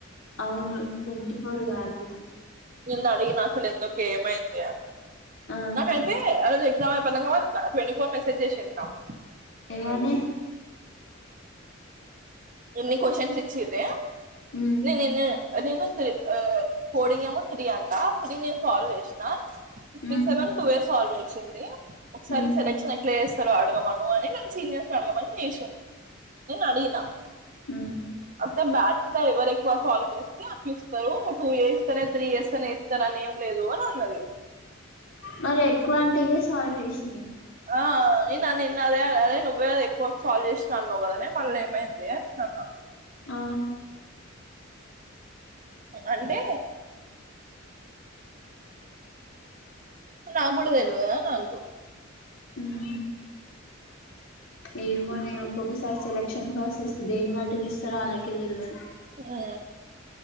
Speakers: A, on the left; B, on the right.
A: అవును ట్వంటీ ఫోర్ కాలేదు
B: నిన్న అడిగిన అసలు ఎందుకు ఏమైంది
A: ఆ
B: నాకైతే అ ఎజా ట్వంట ఫర్ మెసజె చేసిండు నాకు
A: ఏం అని
B: ఎన్ని క్వశచన్స్ ఇచ్చితే
A: ఉమ్
B: నేనును నేను త్రీ కోడింగ్ ఏమో త్రీ అంటా త్రీ నేను సాల్వ్ చేసిన త్రీ
A: ఉమ్
B: సెవెన్ టూ వ సాల్వ్ చేసింది ఒకసారి
A: ఉమ్
B: సెలక్షన్ ఎట్లా చేస్ అడగమను అని నను సీనియర్స్ అడగమని నేసింది నేను అడిగిన
A: మ్మ్
B: అ బ్యాట్ ఎవరు ఎక్కువ సాల్వ్ చేస్తే చూస్తారు టూ ఇయర్స్ తనే త్రీ చేస్తేనే ఇస్తారు అని ఏం లే లేదు అని అన్నది
A: మరి ఎక్కువ అంటే ఇవే సాల్వ్ చేస్
B: ఆ ఆ నన్న నిన్న అదే నువ్వే అది ఎక్కువకు సాల్వ్ చేసినవు అన్నావు కదనే మళ్ళ ఏమైందే అని నేను అన్న
A: ఆ
B: అంటే నాగుడదేల్వదా నాలుగు
A: ఉమ్ ఏమోనే ఒక్కొక్కసారి సెలెక్షన్ ప్రాసెస్ దేన్ని బట్టి గిస్తారో అలాకే తెలివాలి
B: ఆ